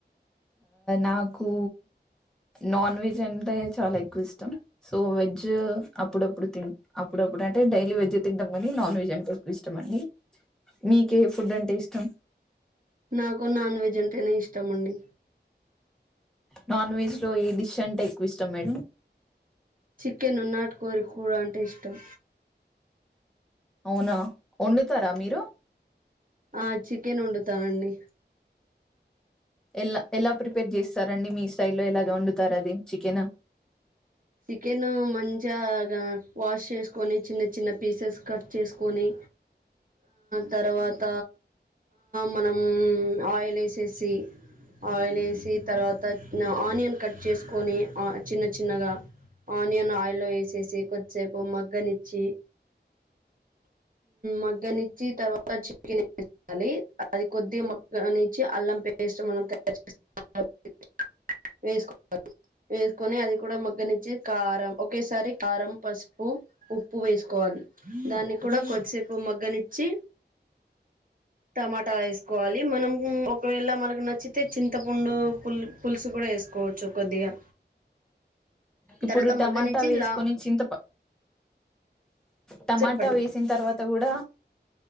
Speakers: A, in the centre; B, on the right.
A: నాకు నాన్ వెజ్ అంటే చాలా ఎక్కువ ఇష్టం సో వెజ్ అప్పుడప్పుడుి అప్పుడప్పుడు అంటే డైలీ వెజ్ తింటాం కానీ నాన్ వెజ్ అంటే ఎక్కువ ఇష్టం అండి మీకే ఫుడ్ అంటే ఇష్టం
B: నాకు నాన్ వెజ్ అంటేనే ఇష్టం ఇష్టమండి
A: నాన్ వెజ్ లో ఏ డిష్ అంటే ఎక్కువ ఇష్టం మేడం
B: చికెన్ ఉ నాటుకోవరి కూ కూడాడ ఉంటు అంటే ఇష్టం
A: అవునా వండుతారా మీరు
B: ఆ చికెన్ వండుతానండి
A: ఎలా ఎలా ప్రిపేర్ చేస్తారండి మీ స్టైల్లో ఎలాగా వండుతారు అది చికెన్
B: చికెన్ మంచిగా వాష్ చేసుకొని చిన్న చిన్న పీసెస్ కట్ చేసుకొని తర్వాత మనం ఆయిల్ వేసేసి ఆయిల్ వేసి తర్వాత ఆనియన్ కట్ చేసుకొని చిన్న చిన్నగా ఆనియన్ ఆయిల్లో వేసేసి కొద్దిసేపు మగ్గనిచ్చి మగ్గనిచ్చి తర్వాత చికెన్ వేాలి అది కొద్దిగా మగ్గనిచ్చి అల్లం పేస్ట్ మనం తయారు చే వేసుకోవాలి వేసుకొని అది కూడా మగ్గనిచ్చి కారం ఒకేసారి కారం పసుపు ఉప్పు వేసుకోవాలి దాన్ని కూడా కొద్దిసేపు మగ్గనిచ్చి టమాటా వేసుకోవాలి మనం ఒకవేళ మనకు నచ్చితే చింతపండు పుల్ పులుసు కూడా వేసుకోవచ్చు కొద్దిగా
A: ఇప్పుడు
B: తర్వాత
A: టమాటా
B: మగ్గనించి
A: వేసుకని
B: లా
A: చింతప టమాటా
B: చెప్పండి
A: వేసిన తర్వాత కూడా